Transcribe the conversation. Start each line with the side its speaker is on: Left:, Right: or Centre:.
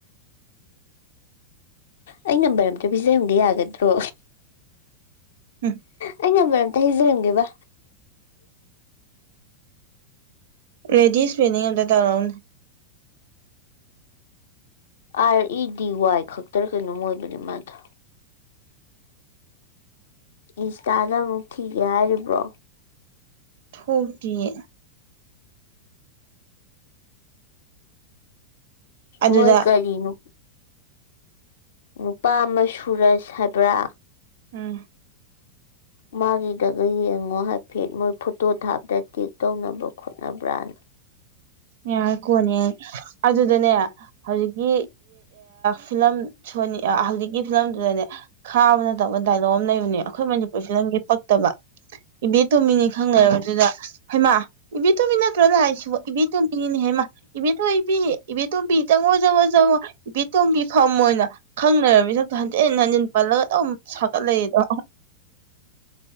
Left: ꯑꯩ ꯅꯝꯕꯔ ꯑꯝꯇ ꯄꯤꯖꯔꯝꯗꯤ ꯌꯥꯒꯗ꯭ꯔꯣ
Right: ꯎꯝ
Left: ꯑꯩ ꯅꯝꯕꯔ ꯑ ꯍꯖꯔꯪꯒꯦꯕ
Right: ꯔꯦꯗꯤꯁ ꯄꯦꯅꯤꯡ ꯑꯟ ꯗ ꯇꯔꯥꯎꯟ
Left: ꯑꯥꯔ ꯏ ꯗꯤ ꯋꯥꯏ ꯈꯛꯇꯔ ꯀꯩꯅꯣꯝ ꯑꯣꯏꯕꯅꯦ ꯃꯥꯗ ꯏꯟꯁꯇꯥꯗ ꯑꯃꯨꯛ ꯊꯤꯒꯦ ꯍꯥꯏꯔꯤꯕ꯭ꯔꯣ
Right: ꯍꯒꯤꯦ ꯑꯗꯨꯗ
Left: ꯃꯣꯏ ꯀꯔꯤꯅ ꯅꯨꯄꯥ ꯑꯃ ꯁꯨꯔꯁ ꯍꯥꯏꯕ꯭ꯔꯥ
Right: ꯎꯝ
Left: ꯃꯥꯒꯤꯗꯒ ꯌꯦꯡꯉꯣ ꯍꯥꯏꯐꯦꯠ ꯃꯣꯏ ꯐꯣꯇꯣ ꯊꯥꯞꯇ ꯇꯤꯦꯛ ꯇꯧꯅꯕ ꯈꯣꯠꯅꯕ꯭ꯔꯥꯅ
Right: ꯌꯥꯔ ꯀꯣꯅꯦ ꯑꯗꯨꯗꯅꯦ ꯍꯧꯖꯤꯛꯀꯤ ꯐꯤꯂꯝ ꯁꯣꯅꯤ ꯍꯧꯖꯤꯛꯀꯤ ꯐꯤꯂꯝꯗꯨꯗꯅꯦ ꯈꯥꯕꯅ ꯇꯧꯕ ꯗꯥꯏꯂꯣꯛ ꯑꯃ ꯂꯩꯕꯅꯦ ꯑꯩꯈꯣꯏ ꯃꯅꯤꯄꯨꯔ ꯐꯤꯂꯝꯒꯤ ꯄꯛꯇꯕ ꯏꯕꯦꯇꯣꯝꯃꯤꯅꯤ ꯈꯪꯅꯔꯕꯗꯨꯗ ꯍꯩꯃꯥ ꯏꯕꯦꯇꯣꯝꯕꯤ ꯅꯠꯇ꯭ꯔꯣꯅ ꯍꯥꯏꯁꯤ ꯏꯕꯤ ꯇꯣꯝꯕꯤꯅꯦꯍꯦꯃ ꯏꯕ ꯊꯣ ꯏꯕꯤꯅꯦ ꯏꯕ ꯊꯣꯝꯕꯤ ꯆꯪꯉꯣꯖꯪꯉꯣ ꯆꯪꯉꯣ ꯕꯤꯇꯣꯝꯕꯤ ꯐꯝꯃ ꯑꯣꯏꯅ ꯈꯪꯅꯔꯕ ꯃꯤꯁꯛꯇꯣ ꯍꯟꯖꯤꯟ ꯍꯟꯖꯤꯟ ꯄꯜꯂꯒ ꯑꯗꯨꯝ ꯁꯥꯒꯠꯂꯛꯑ ꯑꯗꯣ